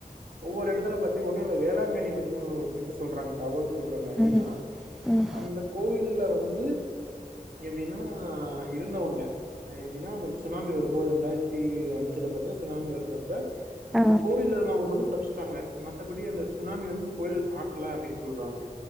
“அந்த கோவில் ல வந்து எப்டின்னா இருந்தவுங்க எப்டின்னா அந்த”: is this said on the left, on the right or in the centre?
Right